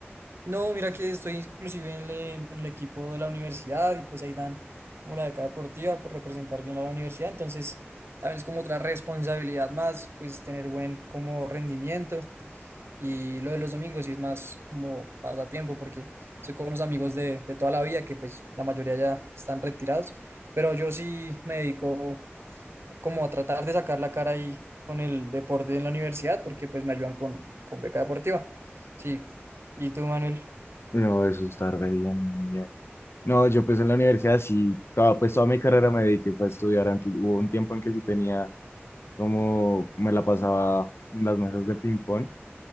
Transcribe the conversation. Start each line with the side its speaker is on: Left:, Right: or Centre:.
Right: No, mira que estoy inclusive en, el en el equipo de la universidad y pues ahí dan como la beca deportiva por representar bien a la universidad. Entonces, también es como otra responsabilidad más, pues tener buen como rendimiento. Y lo de los domingos sí es más como pasatiempo porque soy con unos amigos de, de toda la vida que pues la mayoría ya están retirados. Pero yo sí me dedico como a tratar de sacar la cara ahí con el deporte en la universidad porque pues me ayudan con, con beca deportiva. Sí. ¿Y tú, Manuel?
Left: No, eso está re bien, muy bien. No, yo pues en la universidad sí, toda, pues toda mi carrera me dediqué fue a estudiar, aunque hubo un tiempo en que sí tenía como me la pasaba en las mesas de ping-pong,